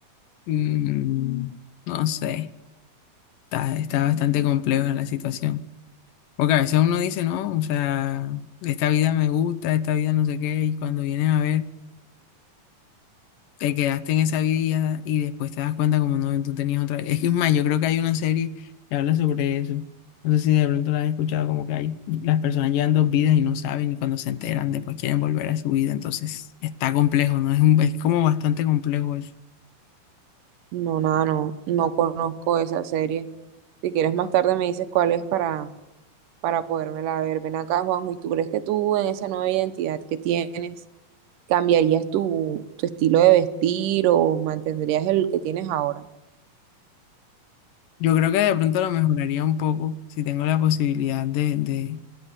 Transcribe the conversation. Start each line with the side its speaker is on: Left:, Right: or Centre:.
Left: Mm, no sé, está, está bastante compleja la situación. Porque a veces uno dice, no, o sea, esta vida me gusta, esta vida no sé qué, y cuando vienen a ver... te quedaste en esa vida y después te das cuenta como no, tú tenías otra Es que es más, yo creo que hay una serie que habla sobre eso. No sé si de pronto la has escuchado, como que hay, las personas llevan dos vidas y no saben y cuando se enteran después quieren volver a su vida. Entonces está complejo, ¿no? Es un- es como bastante complejo eso.
Right: No, nada, no, no conozco esa serie. Si quieres más tarde me dices cuál es para, para podérmela ver. Ven acá, Juanjo, ¿y tú crees que tú en esa nueva identidad que tienes cambiarías tu, tu estilo de vestir o mantendrías el que tienes ahora?
Left: Yo creo que de pronto lo mejoraría un poco si tengo la posibilidad de, de,